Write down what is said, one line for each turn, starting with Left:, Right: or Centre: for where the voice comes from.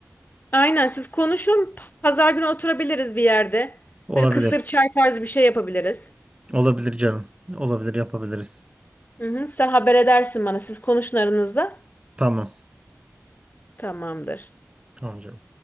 Left: Aynen siz konuşun pazar günü oturabiliriz bir yerde.
Right: Olabilir.
Left: Böyle kısır çay tarzı bir şey yapabiliriz.
Right: Olabilir canım. Olabilir yapabiliriz.
Left: Hı hı, sen haber edersin bana siz konuşun aranızda.
Right: Tamam.
Left: Tamamdır.
Right: Tamam canım.